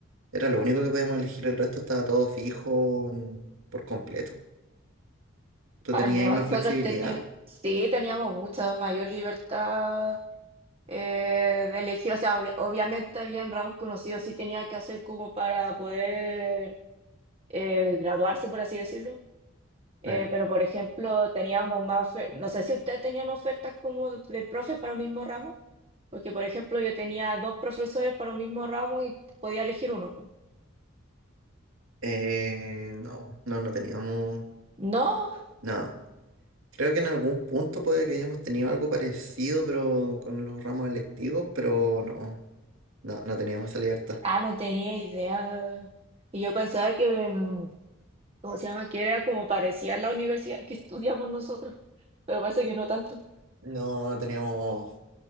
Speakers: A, on the right; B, on the right.
A: Era lo único que podíamos elegir, el resto estaba todo fijo mm, por completo. ¿Tú
B: Ah,
A: tenías
B: no,
A: ahí más
B: nosotros
A: flexibilidad?
B: teníamos, sí, teníamos mucha mayor libertad eh, de elegir, o sea, obvia- obviamente habían ramos conocidos sí sí tenía que hacer como para poder eh, graduarse, por así decirlo. Eh,
A: Claro.
B: pero, por ejemplo, teníamos más, ofe- no sé si ustedes tenían ofertas como de, de profes para un mismo ramo, porque, por ejemplo, yo tenía dos profesores para un mismo ramo y podía elegir uno. po.
A: Eh, no, no, no teníamos
B: No,
A: nada. Creo que en algún punto puede que hayamos tenido algo parecido, pero con los ramos electivos, pero no, no, no teníamos esa libertad.
B: ah, no tenía idea. Y yo pensaba que, mm, ¿cómo se llama? Que era como parecía la universidad que estudiamos nosotros, pero parece que no tanto.
A: No teníamos